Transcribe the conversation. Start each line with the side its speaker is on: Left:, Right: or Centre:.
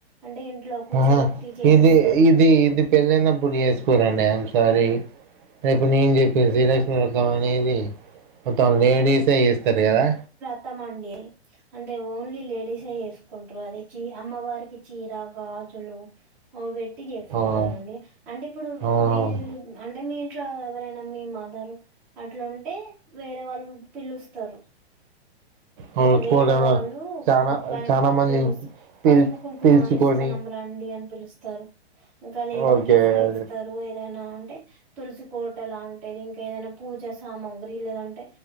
Centre: అంటే ఇంట్లో కూర్చోబెట్టి
Right: ఆహా
Centre: చేపిస్తారు.
Right: ఇది ఇది ఇది పెళ్ళైనప్పుడు చేసుకోరండి ఐ యామ్ సారి రేపు నేను జెప్పిన శ్రీలక్ష్మి వ్రతం అనేది మొత్తం లేడీసే జేస్తరు గదా
Centre: వ్రతమండి అంటే ఓన్లీ లేడీసే చేసుకుంటరు అది చీ అమ్మవారికి చీరా గాజులు అవి బె ట్టి జేసుకుంటారండి
Right: అవును
Centre: అంటే ఇప్పుడు
Right: అవునవును
Centre: మీ అంటే మీ ఇంట్లా ఎవరైనా మీ మదర్ అట్లా ఉంటే వేరే వాళ్ళు పిలుస్తరు
Right: అవును
Centre: అంటే వేరే
Right: చూడంలో
Centre: వాళ్ళు
Right: చానా
Centre: బయటికి
Right: చాలా మందిని
Centre: పిలుస్త
Right: పిల్
Centre: పసుపుకుంకుమ
Right: పిలుచుకొని
Centre: ఇస్తున్నాం రండి అని పిలుస్తారు ఇంకా లేదా
Right: ఓకే
Centre: గిఫ్ట్ లు
Right: అదే
Centre: ఇస్తరు ఏదైనా అంటే తులసి కోట లాంటిది ఇంకా ఏదైనా పూజ సామాగ్రి లేదంటే